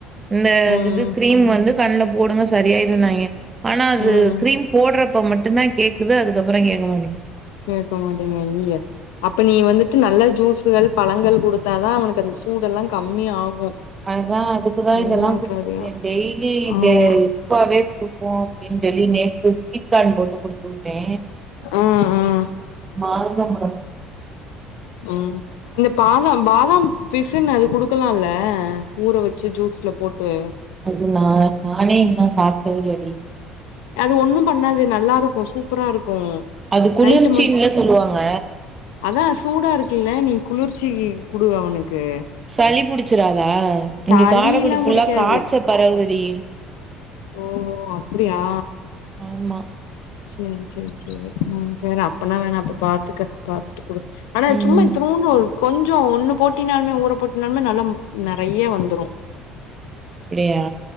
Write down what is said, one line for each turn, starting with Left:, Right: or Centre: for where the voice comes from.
Right: இந்த
Left: ம் ம்
Right: இது கிரீம் வந்து கண்ல போடுங்க சரியாயிருநாங்க ஆனா அது
Left: ம் ம்
Right: கிரீம் போட்றப்ப மட்டுந்தா கேக்குது அதுக்கப்பறோ கேக்க மாட்டிங்
Left: கேக்கமாட்டிங்குது அய்யய்ய அப்ப நீ வந்துட்டு நல்ல ஜூஸ்கள் பழங்கள் குடுத்தாதா அவனுக்கு அந்த சூடெல்லா கம்மியா ஆகு
Right: அதா அதுக்குதா இதெல்லா
Left: எல்லா
Right: குடுத்துருக்கே
Left: சரியா
Right: டெய்லி
Left: ஆமா
Right: த டேட்ஸ் ப்பாவே குடுப்போ அப்படின்னு சொல்லி நேத்தி ஸ்வீட் க்காடு போட்டு குடுத்து விட்டே
Left: ம் ம்
Right: மாதுளம் பழம்
Left: ம் இந்த பாதாம் பாதாம் பிசுன்னு அது குடுக்கலால்ல ஊற வச்சு ஜூஸ்ல போட்டு
Right: அது நா நானே அதுல சாப்ட்டது இல்லடி
Left: அது ஒண்ணு பண்ணாது நல்லாருக்கு சூப்பரா இருக்கு
Right: அது குளிர்ச்சின்ல
Left: நைட்டு மட்
Right: சொல்லுவாங்க
Left: அதா சூடா இருக்குல்ல நீ குளிர்ச்சிக்கு குடு அவனுக்கு
Right: சளி புடிச்சிறதா இங்க
Left: சளில்லா
Right: காரைக்குடி ஃபுல்லா
Left: புடிக்காது
Right: காய்ச்ச பரவுதுடி
Left: ஓ அப்படியா
Right: ஆமா
Left: சேரி சேரி சேரி, ம், சேரி அப்பனா வேணா அப்ப பாத்துக்க பாத்துட்டு குடு ஆனா
Right: ம்
Left: சும்மா இத்தூணுன்டு ஒரு கொஞ்சோ ஒண்ணு போட்டினாலுமே ஊற போட்டினாலுமே நல்லா நறைய வந்துரு
Right: அப்டியா